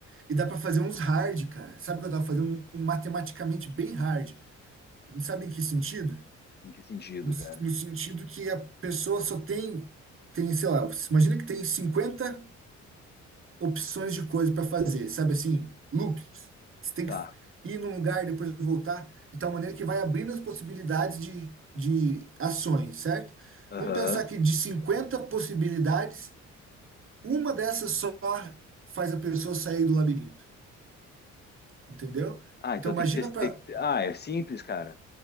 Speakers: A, on the right; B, on the left.
A: e dá para fazer uns hard, cara. Sabe o que eu tava fazendo? Um matematicamente bem hard. Sabe em que sentido?
B: Em que sentido,
A: No,
B: cara?
A: no sentido que a pessoa só tem, tem, sei lá, imagina que tem 50 opções de coisa para fazer, sabe assim, loops. Você tem
B: Tá.
A: que ir num lugar, depois voltar, de tal maneira que vai abrindo as possibilidades de, de ações, certo?
B: Aham.
A: Vamos pensar que de 50 possibilidades, uma dessas só faz a pessoa sair do labirinto, entendeu?
B: Ah,
A: Então
B: então
A: imagina
B: tem que ter,
A: para
B: tem que ter- Ah, é simples, cara.